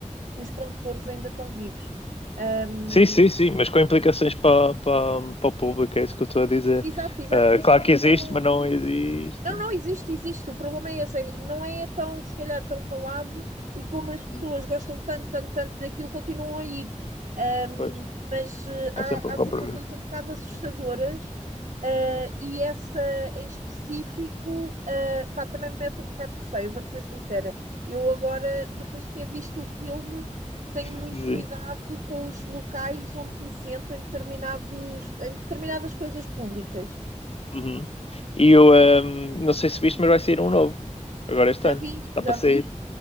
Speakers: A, on the right; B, on the left.
A: os condutores ainda estão vivos. Hum,
B: Sim, sim, sim, mas com implicações para, para, para o público, é isso que eu estou a dizer.
A: Exato, exato,
B: Uh,
A: mas
B: claro
A: com,
B: que existe,
A: com
B: mas não existe.
A: Não, não, existe, existe. O problema é esse. é que Não é tão, se calhar, tão falado e como as pessoas
B: Hum,
A: gostam tanto, tanto, tanto daquilo, continuam a ir. Ahm,
B: pois,
A: mas eh,
B: é
A: há,
B: sempre um
A: há
B: compromisso.
A: situações um bocado assustadoras, eh, e essa em específico, eh, pá, também me mete um bocado de receio, vou-te ser sincera. Eu agora, depois de ter visto o filme, tenho
B: <laughs>
A: muito
B: Sim.
A: cuidado com os locais onde me sento em determinados, em determinadas coisas públicas.
B: Uhum. E eu ahm, não sei se viste, mas vai sair um novo. Agora este
A: Já
B: ano.
A: vi,
B: Está
A: já
B: para sair.
A: vi